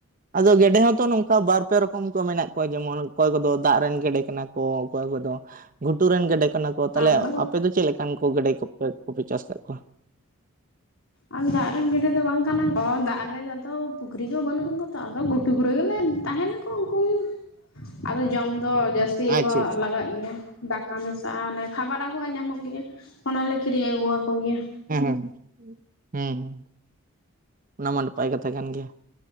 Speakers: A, on the right; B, on the left.
A: ᱟᱫᱚ ᱜᱮᱰᱮ ᱦᱚᱸᱛᱚ ᱱᱚᱝᱠᱟ ᱵᱟᱨᱯᱮ ᱨᱚᱠᱚᱢ ᱠᱚ ᱢᱮᱱᱟᱜ ᱠᱚᱣᱟ ᱡᱮᱢᱚᱱ ᱚᱠᱚᱭ ᱠᱚᱫᱚ ᱫᱟᱜ ᱨᱮᱱ ᱜᱮᱰᱮ ᱠᱟᱱᱟ ᱠᱚ ᱚᱠᱚᱭ ᱠᱚᱫᱚ ᱜᱷᱩᱴᱩᱨ ᱨᱮᱱ ᱜᱮᱰᱮ ᱠᱟᱱᱟ ᱠᱚ, ᱛᱟᱦᱚᱞᱮ
B: ᱟᱫᱚ
A: ᱟᱯᱮ ᱫᱚ ᱪᱮᱫ ᱞᱮᱠᱟᱱ ᱠᱚ ᱜᱮᱰᱮ ᱠᱚᱯᱮ ᱠᱚᱯᱮ ᱪᱟᱥ ᱟᱠᱟᱫ ᱠᱚᱣᱟ?
B: ᱟᱫᱚ ᱫᱟᱜ ᱨᱮᱱ ᱜᱮᱤᱰᱮ ᱫᱚ ᱵᱟᱝ ᱠᱟᱱᱟ ᱠᱚ, ᱫᱟᱜ ᱨᱮ ᱟᱫᱚ ᱯᱩᱠᱷᱨᱤ ᱠᱚ ᱵᱟᱹᱱᱩᱜᱼᱟ ᱛᱚ ᱟᱫᱚ ᱜᱷᱩᱴᱩ ᱠᱚᱨᱮ ᱜᱮᱞᱮ ᱛᱟᱦᱮᱱᱟᱠᱚ ᱩᱱᱠᱩ ᱟᱫᱚ ᱡᱚᱢ ᱫᱚ ᱡᱟᱹᱥᱛᱤ ᱜᱮᱠᱚ
A: ᱟᱪᱪᱷᱟ ᱟᱪᱪᱷᱟ
B: ᱞᱟᱜᱟᱜ ᱜᱮᱭᱟ᱾ ᱫᱟᱠᱟ ᱢᱮᱥᱟ ᱚᱱᱮ ᱠᱷᱟᱵᱟᱨ ᱟᱜᱩᱣᱟᱜ ᱧᱟᱢᱚᱜ ᱜᱮᱭᱟ ᱚᱱᱟᱞᱮ ᱠᱤᱨᱤᱧ ᱟᱹᱜᱩᱣᱟ ᱠᱚ ᱜᱮᱭᱟ᱾
A: ᱦᱮᱸ ᱦᱩᱸ ᱚᱱᱟ ᱢᱟ ᱱᱟᱯᱟᱭ ᱠᱟᱛᱷᱟ ᱠᱟᱱ ᱜᱮᱭᱟ᱾